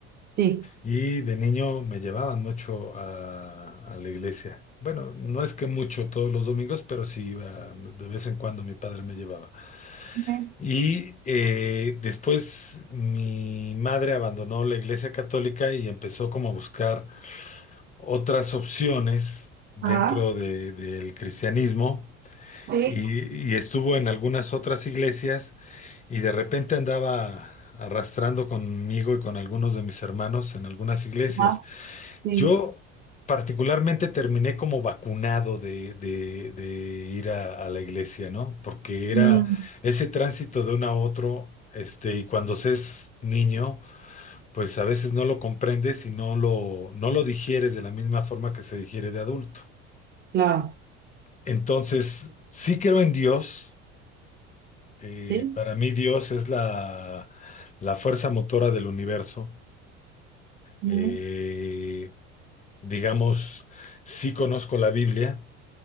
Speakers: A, on the right; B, on the left.
A: sí.
B: y de niño me llevaban mucho a, a la iglesia. Bueno, no es que mucho todos los domingos, pero sí iba de vez en cuando mi padre me llevaba.
A: Ujú,
B: Y eh, después mi madre abandonó la iglesia católica y empezó como a buscar otras opciones dentro
A: Ajá,
B: de- del cristianismo
A: sí.
B: y, y estuvo en algunas otras iglesias y de repente andaba arrastrando conmigo y con algunos de mis hermanos en algunas iglesias.
A: Ajá, sí.
B: Yo particularmente terminé como vacunado de, de- de ir a, a la iglesia, ¿no? Porque era
A: Mm,
B: ese tránsito de uno a otro, este, y cuando se es niño, pues a veces no lo comprendes y no lo, no lo digieres de la misma forma que se digiere de adulto.
A: claro.
B: Entonces, sí creo en Dios. eh,
A: sí.
B: para mí Dios es la, la fuerza motora del universo.
A: Ujú,
B: Eh, digamos, sí conozco la Biblia.